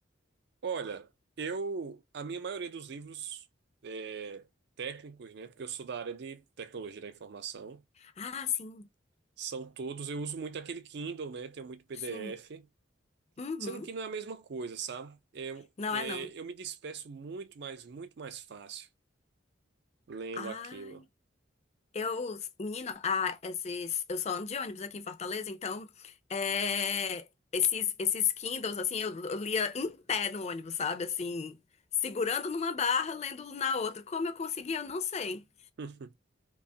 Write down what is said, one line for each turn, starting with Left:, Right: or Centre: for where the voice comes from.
Right: Olha, eu, a minha maioria dos livros é, técnicos, né, porque eu sou da área de tecnologia da informação,
Left: Ah, sim,
Right: são todos, eu uso muito aquele Kindle, né, tenho muito PDF,
Left: sim. Uhum.
Right: sendo que não é a mesma coisa, sabe? Eu,
Left: Não
Right: é,
Left: é não.
Right: eu me disperso muito mais, muito mais fácil lendo
Left: Ah.
Right: aquilo.
Left: Eu, menina, ah, esses, eu só ando de ônibus aqui em Fortaleza, então é, esses, esses Kindles, assim, eu, eu lia em pé no ônibus, sabe? Assim, segurando numa barra, lendo na outra. Como eu conseguia, eu não sei.
Right: <laughs>